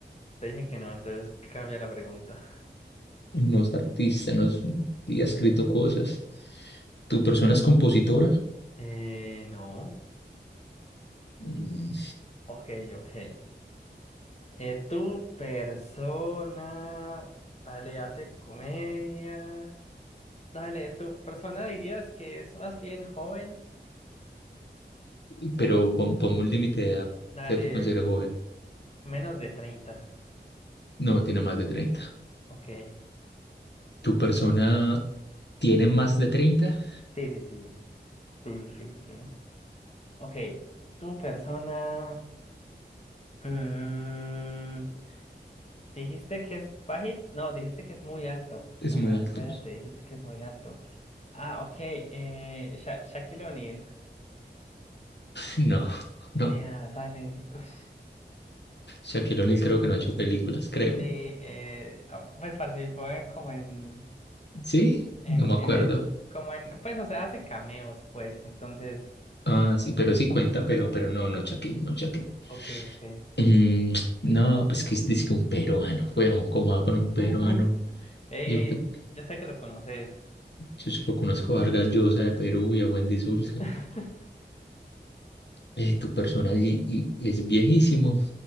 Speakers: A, on the left; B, on the left.
A: Te dije que no, entonces cambia la pregunta.
B: No es artista, no es, y ha escrito cosas. ¿Tu persona es compositora?
A: Eh, no.
B: Mm,
A: Ok, ok. Eh, tu persona. Dale, hace comedia. Dale, tu persona dirías que es más bien joven
B: y-
A: o
B: Pero pon- ponme un límite de edad
A: dale.
B: que tú consideres joven.
A: Menos de treinta,
B: No, tiene más de 30.
A: Ok.
B: ¿Tu persona tiene más de treinta,
A: Sí, sí, sí. Sí, fijísimo. Ok. Tu persona. mm, dijiste que es bajito. No, dijiste que es muy alto.
B: Es
A: Ah,
B: muy alto.
A: espérate,
B: <laughs>
A: dijiste que es muy alto. Ah, ok. Eh, Sha- Shaquille O'Neal.
B: No, no.
A: Ya, dale. Uf,
B: Shaquille O'Neal creo que no ha hecho películas, creo.
A: sí, eh, ah, pues participó en, como en,
B: ¿Sí?
A: en,
B: No me
A: en,
B: acuerdo.
A: e- como en, pues, o sea, hace cameos, pues, entonces,
B: Ah, sí, pero sí cuenta, pero, pero no, no Shaquille, no Shaquille.
A: ok, ok.
B: Mm, no, pues que es dice un peruano, fue oh, ¿cómo va por un peruano?
A: <laughs> Ey, ey,
B: Yo, pe-
A: yo sé que lo conoces.
B: yo solo conozco a Vargas Llosa de Perú y a Wendy Zulka.
A: <laughs>
B: eh, tu persona y, y- y es viejísimo,